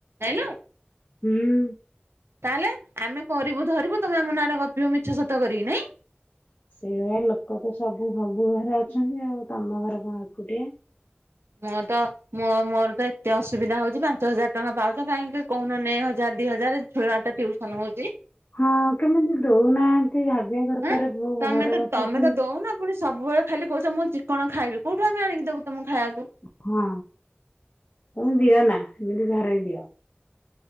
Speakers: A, on the right; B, on the left.
A: ଜାଇଁଲୁ।
B: ହୁଁ।
A: ତାହେଲେ ଆମେ କରିବୁ ଧରିବୁ ତମେ ଆମ ନାଁରେ ଗପିବ ମିଛ ସତ କରିକି ନାଇଁ।
B: ସେଇଭଳିଆ ଲୋକ ତ ସବୁ ସବୁ ଘରେ ଅଛନ୍ତି ଆଉ ତମ ଘର କଣ ଏକୁଟିଆ।
A: ମୁଁ ତ ମୋ ମୋର ତ ଏତେ ଅସୁବିଧା ହୋଉଚି ପାଞ୍ଚ ହଜାର ଟଙ୍କା ପାଉଚ କାହିଁକି କହୁନହ ନେ ହଜାରେ ଦି ହଜାରେ। ଛୋଟ ଆଟା ଟ୍ୟୁସନ ହୋଉଚି।
B: ହଁ କେମିତି ଦୋଉନାହାନ୍ତି ଭାବିବା ଦରକାର
A: ଆଁ
B: ପୁଅ
A: ତମେ
B: ଘରେ
A: ତ
B: ବସିଚି।
A: ତମେ ତ ଦଉନ ପୁଣି ସବୁବେଳେ ଖାଲି କୋହୁଚ ମୁଁ ଚିକଣି ଖାଇବି କୋଉଠୁ ଆଣିକି ଦବୁ ତମ ଖାଇବାକୁ।
B: ହଁ ତମେ ଦିଅ ନା ଏମିତି ଧରେଇ ଦିଅ।